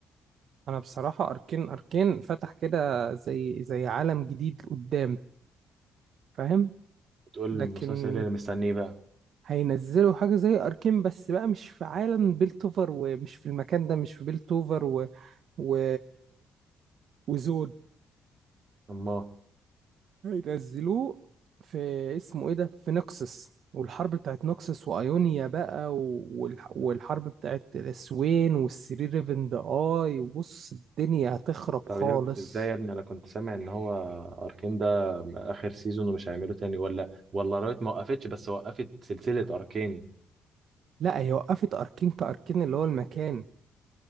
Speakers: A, on the right (about 65°); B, on the right (about 45°).
A: انا بصراحه اركين اركين فتح كده زي زي عالم جديد قدام فاهم
B: تقول
A: لكن
B: المسلسل إيه اللي مستنيه بقى
A: هينزلوا حاجه زي اركين بس بقى مش في عالم بيلتوفر ومش في المكان ده مش في بيلتوفر و... و... وزود
B: الله
A: هينزلوه في اسمه ايه ده في نكسس والحرب بتاعت نكسس وايونيا بقى و- والح- والحرب بتاعت الاسوين والسري ريفن ذا اي وبص الدنيا هتخرب
B: طب
A: خالص
B: يا ابني ازاي يا ابني انا كنت سامع ان هو اركين ده اخر سيزون ومش هيعمله تاني ولا ولا رايت ما وقفتش بس وقفت سلسلة اركين
A: لا هي وقفت اركين كاركين اللي هو المكان